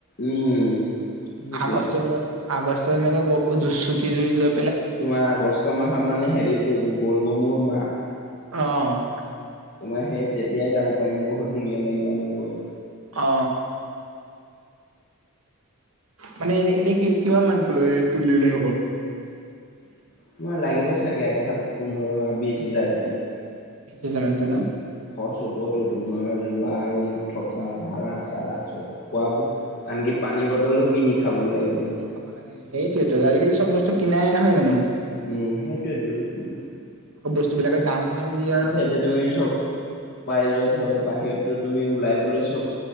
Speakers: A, on the left; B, on the right.
A: উম সেইটোৱেটো।
B: আগষ্টৰ - আগষ্ট এনেকে বক জু চুতি দি দিলে
A: তোমাৰ আগষ্ট মাহত মানে হেৰি পৰিব বলবৌমৰ মাহ।
B: অ',
A: তোমাৰ সেই তেতিয়াই যাব পাৰিম বহুত ধুনীয়া লাগিব আমাৰ গৈ।
B: অ মানে এনে - এনে কি কিমান মানকৈ তুলিলে হ'ব?
A: তোমাৰ লাগিব চাগে এটা হাতত পোন্ধৰ বিছ হাজাৰকে।
B: বিছ হাজাৰ মানকৈ ন?
A: খৰচ হবটো তোমাৰ যোৱা, ৰুমত থকা ভাড়া-চাড়া চব খোৱাবো আনকি পানী বটলো কিনি খাব লাগিব।
B: কিনি খাব লাগে সেইটোয়েতো আজিকালি চব বস্তু কিনাই নহয় জানো।
A: উম, সেইটোৱেতো উম
B: আকৌ বস্তু বিলাকৰ দামোহে যি আৰু।
A: এতিয়া তুমি চব। পাই যোৱা ধৰক বাহিৰতো তুমি ওলাই গলে চব